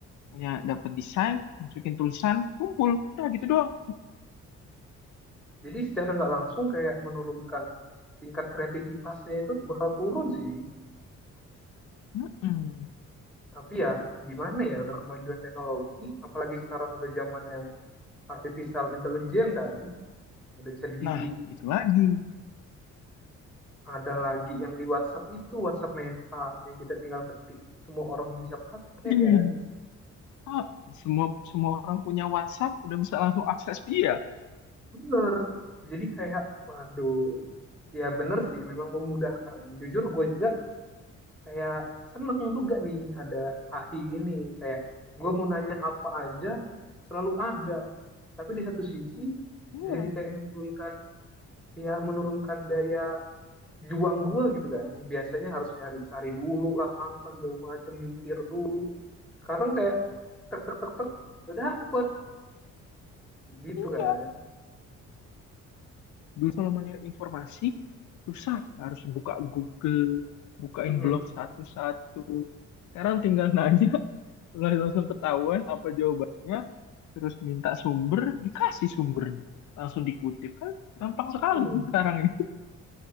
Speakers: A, on the left; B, in the centre.
A: Hanya dapet desain, masukin tulisan, kumpul, udah gitu doang.
B: jadi secara nggak langsung kayak menurunkan tingkat kreativitasnya itu bakal turun sih
A: Mm-mm.
B: tapi ya gimana ya udah kemajuan teknologi apalagi sekarang udah zamannya artificial intelligence kan ada ChatGPT
A: Nah, itu lagi.
B: ada lagi yang di WhatsApp itu WhatsApp Meta yang kita tinggal ketik semua orang bisa pakai
A: Iya.
B: ya
A: Ah, semua semua orang punya WhatsApp udah bisa langsung akses dia.
B: Bener. Jadi kayak, waduh, ya bener sih, memang memudahkan. Jujur gue juga kayak seneng juga nih ada AI ini. Kayak gue mau nanya apa aja, selalu ada. Tapi di satu sisi,
A: Iya,
B: jadi kayak menurunkan, ya menurunkan daya juang gue gitu kan. Biasanya harus nyari cari dulu lah apa segala macem, mikir dulu. Sekarang kayak tek tek tek tek, udah dapet gitu
A: iya.
B: kan.
A: Dulu kalau mau nyari informasi susah, harus buka Google, bukain
B: Mm-mm.
A: blog satu-satu. Sekarang tinggal nanya, <laughs> udah langsung ketahuan apa jawabannya, terus minta sumber, dikasih sumbernya, langsung dikutip kan gampang sekali
B: Iya.
A: sekarang ini.